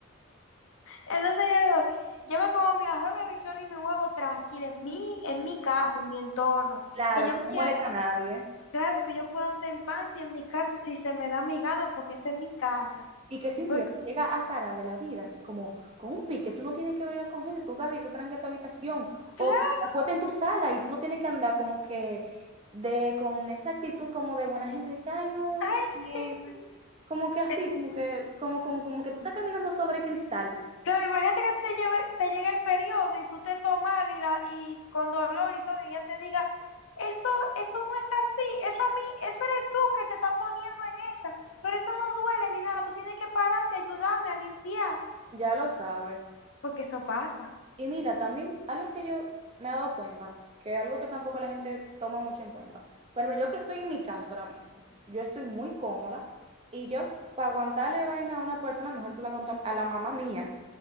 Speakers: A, on the left; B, on the right.
A: Entonces yo digo, yo me como mi arroz, mi habichuela y mi huevo tranquilo en mi, en mi casa, en mi entorno.
B: Claro,
A: Que yo
B: que
A: me quiera,
B: no molesta a nadie.
A: claro que yo pueda andar en panty en mi casa si se me da mi gana, porque esa es mi casa.
B: Y que si un
A: Porque,
B: día te llega a Sara de la vida, así como con un pique, tú no tienes que bregar con gente, tú agarras y te tranca en tu habitación,
A: claro,
B: o te acuestas en tu sala y tú no tienes que andar como que de con esa actitud como de buena gente, de que, ay, no,
A: ay,
B: todo
A: sí,
B: bien,
A: sí, sí.
B: como que así,
A: Eh,
B: como que, como, como, como que tú estás caminando sobre cristal,
A: Claro, imagínate que a ti te lleve- te llegue el periodo y tú te tomas y, la, y con dolor y todo, y ella te diga, eso, eso no es así, eso a mí, eso eres tú que te estás poniendo en esa, pero eso no duele ni nada, tú tienes que pararte, ayudarme a limpiar,
B: ya lo sabes.
A: porque eso pasa.
B: Y mira, también algo que yo me he dado cuenta, que es algo que tampoco la gente toma mucho en cuenta. Bueno, yo que estoy en mi casa ahora mismo, yo estoy muy cómoda y yo para aguantarle vaina a una persona, mejor se la aguanto a la mamá mía,